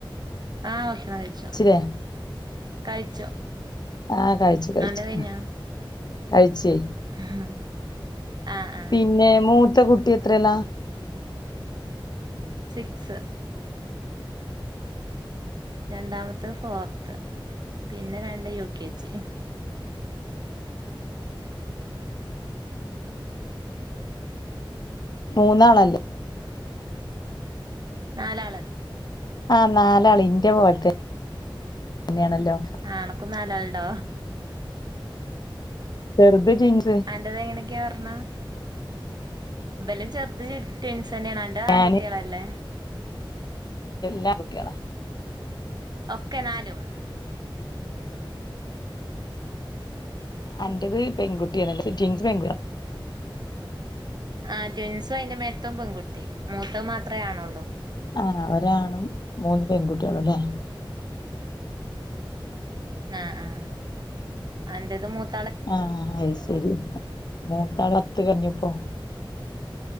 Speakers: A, on the right; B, on the left.
A: ആഹ് ഭക്ഷണം കഴിച്ചു
B: കഴിച്ചില്ലേ
A: കഴിച്ചു
B: ആഹ് കഴിച്ചു കഴിച്ചു
A: അന്റെ കഴിഞ്ഞോ
B: കഴിച്ചേ
A: <inaudible> <inaudible> ആ ആ
B: പിന്നെ മൂത്ത കുട്ടി എത്രേലാ
A: സിക്സ് രണ്ടാമത്തെ ഫോർത്ത് പിന്നെ രണ്ട് യു കെ ജി
B: മൂന്നാളല്ലേ
A: നാലാള്
B: ആഹ് നാലാള് ഇന്റെ പോലത്തെ ന്നെണല്ലോ
A: ആഹ് അനക്കു നാലാളുണ്ടോ
B: ചെറുത് ജിൻസ്
A: അന്റേത് എങ്ങനൊക്കെയ പറഞ്ഞാ ഇവലും ചെറുത് ട്വിൻസ് ന്നെണ് അന്റെത്
B: ഞാന്
A: ആൺകുട്ട്യേളല്ലേ
B: എല്ലാം ആൺകുട്ടികളാ
A: ഒക്കെ നാലും
B: അന്റത് പെൺകുട്ടിയണല്ലെ റ്റിങ്സ് അല്ല
A: ആഹ് ട്വൻസും അയിന്റെ മേല്ത്തതും പെൺകുട്ടി മൂത്തഹ് മാത്ര ആണൊള്ളൂ.
B: ആഹ് ആഹ് ഒരാണും മൂന്ന് പെൺകുട്ടികളുംല്ലേ?
A: ആഹ് ആഹ് അന്റേത് മൂത്ത.
B: ആഹ് അത് ശരി മൂ <unintelligible> അത്ത് കഴിഞ്ഞപ്പോ.